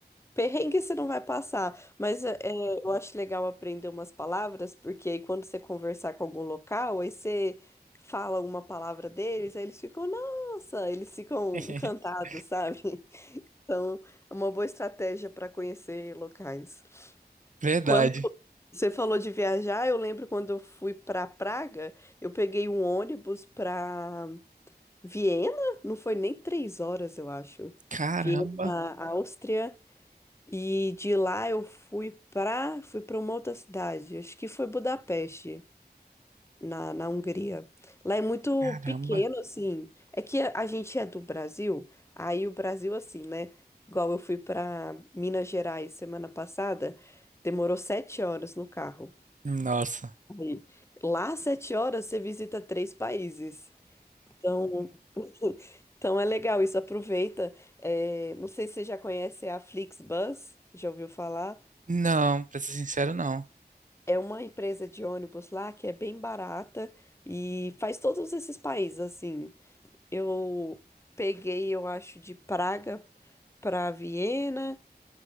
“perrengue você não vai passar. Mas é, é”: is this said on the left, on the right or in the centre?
Left